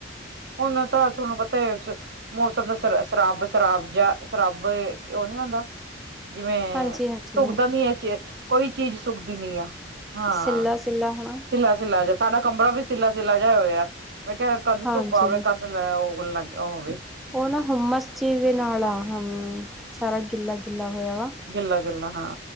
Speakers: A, on the right; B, in the centre.
A: ਔਨਾ ਤਾਂ ਤੁਆਨੂੰ ਪਤਾ ਐ <unintelligible> ਮੌਸਮ ਦਾ ਸ ਸਰਾਬ ਸ਼ਰਾਬ ਜਾਂ ਸਰਾਬ ਔ ਨੀ ਹੁੰਦਾ ਜਿਵੇਂ
B: ਹਾਂਜੀ ਹਾਂਜੀ
A: ਸੁੱਕਦਾ ਨੀ ਏ 'ਚ, ਕੋਈ ਚੀਜ਼ ਸੁੱਕਦੀ ਨੀ ਆ। ਹਾਂ।
B: ਕਿੱਲਾ-ਸਿੱਲਾ ਹੋਣਾ।
A: ਸਿੱਲਾ-ਸਿੱਲਾ ਜਿਆ, ਸਾਡਾ ਕਮਰਾ ਵੀ ਸਿੱਲਾ-ਸਿੱਲਾ ਜਿਆ ਹੋਇਐ। ਮੈਂ ਕਿਆ ਕਦ
B: ਹਾਂਜੀ
A: ਧੁਪ ਆਵੇ ਕਦ ਮਤਲਬ ਔਹ <unintelligible>
B: ਔ ਨਾ ਹੁਣ ਮੈਂ ਇਸ ਚੀਜ਼ ਦੇ ਨਾਲ ਆ ਹੂੰ, ਸਾਰਾ ਗਿੱਲਾ-ਗਿੱਲਾ ਹੋਇਆ ਵਾ।
A: ਗਿੱਲਾ-ਗਿੱਲਾ ਹਾਂ।